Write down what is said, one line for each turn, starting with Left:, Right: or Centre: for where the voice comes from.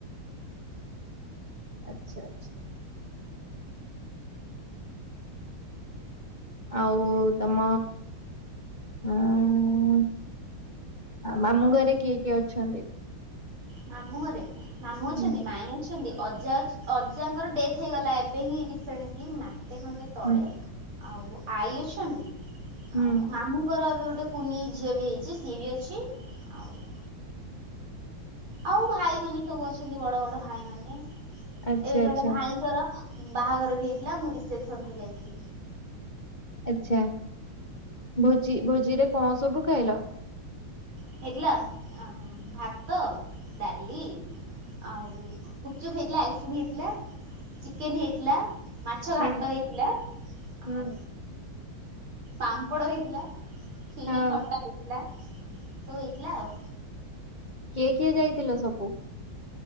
Left: ଆଚ୍ଛା ଆଚ୍ଛା। ଆଉ ତମ ହଁ ଆଉ ମାମୁଁ ଘରେ କିଏ କିଏ ଅଛନ୍ତି?
Right: ମାମୁଁ ଘରେ ମାମୁଁ ଅଛନ୍ତି,
Left: ହୁଁ
Right: ମାଇଁ ଅଛନ୍ତି। ଅଜା ଅଚ୍ ଅଜାଙ୍କର ଡେଥ୍ ହେଇଗଲା ଏବେ ହିଁ ରିସେଣ୍ଟଲି ମାସେ ଖଣ୍ଡେ ତଳେ।
Left: ହୁଁ
Right: ଆଉ ଆଈ ଅଛନ୍ତି
Left: ହୁଁ
Right: ଆଉ ମାମୁଁଙ୍କର ଏବେ ଗୋଟେ କୁନି ଝିଅ ବି ହେଇଛି ସିଏ ବି ଅଛି ଆଉ ଆଉ ଭାଇ ମାନେ ସବୁ ଅଛନ୍ତି ବଡ଼ ବଡ଼ ଭାଇ ମାନେ ଏବେ
Left: ଆଚ୍ଛା
Right: ଜଣେ
Left: ଆଚ୍ଛା
Right: ଭାଇଙ୍କର ବାହାଘର ବି ହେଇଥିଲା ମୁଁ ରିସେପ୍ସନ୍ କୁ ଯାଇଥିଲି।
Left: ଆଚ୍ଛା ଭୋଜି ଭୋଜିରେ କଣ ସବୁ ଖାଇଲ?
Right: ହେଇଥିଲା ଆଁ ଭାତ, ଡାଲି ଆଉ ଗୁପଚୁପ୍ ହେଇଥିଲା, ଆଇସ୍କ୍ରିମ୍ ହେଇଥିଲା, ଚିକେନ୍ ହେଇଥିଲା। ମାଛ
Left: ହୁଁ
Right: ଘାଣ୍ଟ ହେଇଥିଲା,
Left: ହୁଁ
Right: ଆଉ ପାମ୍ପଡ଼ ହେଇଥିଲା। କ୍ଷୀରି,
Left: ହଁ
Right: ଖଟା ହେଇଥିଲା ସବୁ ହେଇଥିଲା ଆଉ।
Left: କିଏ କିଏ ଯାଇଥିଲ ସବୁ?